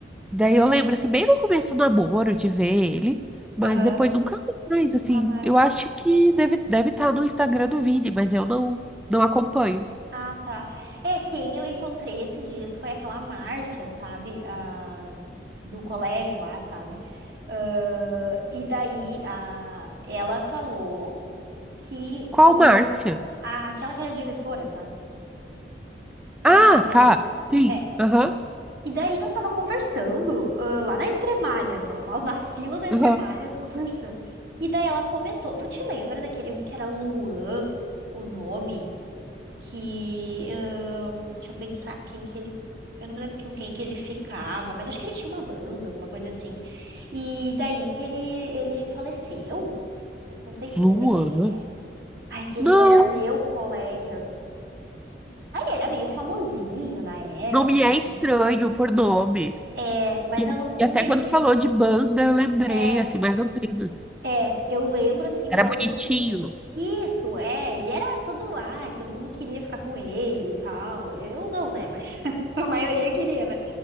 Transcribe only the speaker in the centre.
daí eu lembro, assim, bem no começo do namoro, de ver ele, mas
depois nunca mais,
assim.
Eu acho que deve, deve estar no Instagram do Vini, mas eu não, não acompanho.
Qual
Márcia?
Ah,
tá.
Sim.
Aham.
Aham.
Luana?
Não,
não
me
é estranho por nome.
E,
e até
quando
falou de banda, eu lembrei,
assim, mais ou menos.
Era
bonitinho.